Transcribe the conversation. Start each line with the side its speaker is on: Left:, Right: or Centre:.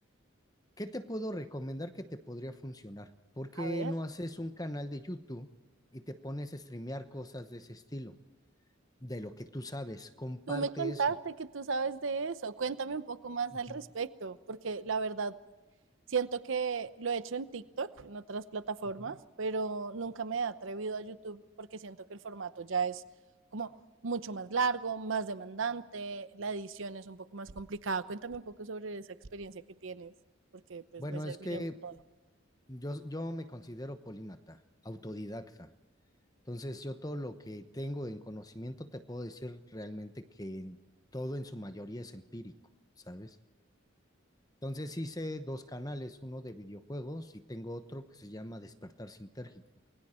Left: ¿Qué te puedo recomendar que te podría funcionar? ¿Por qué
Right: A ver.
Left: no haces un canal de YouTube y te pones a streamear cosas de ese estilo, de lo que tú sabes? Comparte
Right: Tú me contaste
Left: eso.
Right: que tú sabes de eso. Cuéntame un poco más
Left: Ujú,
Right: al respecto, porque la verdad siento que lo he hecho en TikTok, en otras plataformas,
Left: ujú.
Right: pero nunca me he atrevido a YouTube porque siento que el formato ya es como mucho más largo, más demandante, la edición es un poco más complicada. Cuéntame un poco sobre esa experiencia que tienes, porque pues
Left: Bueno,
Right: me serviría
Left: es que
Right: un montón.
Left: yo, yo me considero polímata, autodidacta. Entonces, yo todo lo que tengo en conocimiento te puedo decir realmente que todo en su mayoría es empírico, ¿sabes? Entonces hice dos canales, uno de videojuegos y tengo otro que se llama Despertar Sintérgico.